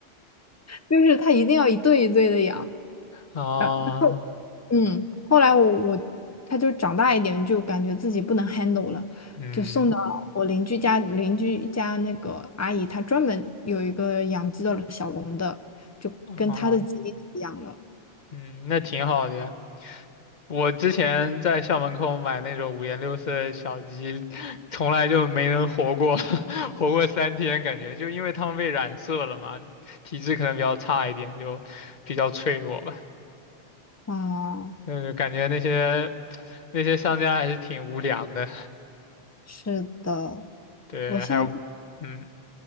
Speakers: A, on the left (about 20°); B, on the left (about 45°).
A: 就是它一定要一对一对的养，
B: 啊，
A: 然嗯，后来我我它就长大一点，就感觉自己不能 handle 了，
B: 嗯，
A: 就送到我邻居家，邻居家那个阿姨她专门有一个养鸡的小笼的，就跟她的鸡一起养了，
B: 啊。嗯，那挺好的呀。我之前在校门口买那种五颜六色的小鸡，<laughs> 从来就没能活过，<laughs> 活过三天，感觉就因为它们被染色了嘛，体质可能比较差一点，就比较脆弱吧。
A: 哦。
B: 但是感觉那些那些商家还是挺无良的。
A: 是的，
B: <laughs> 对，
A: 我现在，
B: 还有，嗯，